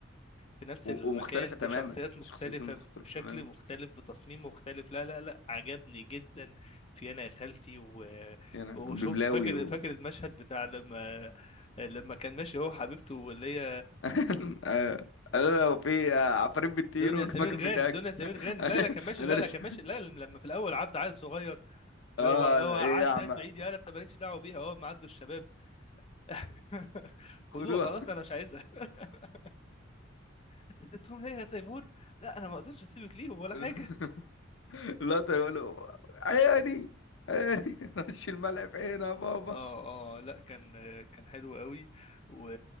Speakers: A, on the left (about 30°); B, on the left (about 65°).
A: في نفس
B: و-
A: المكان
B: ومختلفة تماما
A: بشخصيات مختلفة
B: شخصيتين مختلفة
A: بشكل
B: تماما
A: مختلف بتصميم مختلف لا لا لا عجبني جدا في أنا يا خالتي و...
B: يعني أنا
A: وشوف
B: ببلاوي
A: فاكر
B: و
A: فاكر المشهد بتاع لما لما كان ماشي هو حبيبته واللي هي
B: <laughs> آه. لا لو في آه، عفاريت بتطير
A: دنيا
B: وجماجم
A: سمير
B: بتهاجم
A: غانم دنيا سمير غانم
B: <laughs>
A: لا لا كان ماشي
B: انا
A: لا
B: لسه
A: لا كان ماشي لا لما في الأول عدى عيل صغير
B: اه
A: هو هو
B: لا
A: عدى
B: ايه يا عم
A: يد بعيد يا لا أنت مالكش دعوة بيها هو ما عدوا الشباب <laughs>
B: خدوها
A: خدوها خلاص أنا مش عايزها <laughs> أنت سبتهم ليه يا تيمور لا أنا ما أقدرش أسيبك ليهم ولا
B: <laughs>
A: حاجة
B: لا يقولوا عيني عيني <laughs> رش الملعب في عينها بابا
A: اه اه لا كان كان حلو قوي و...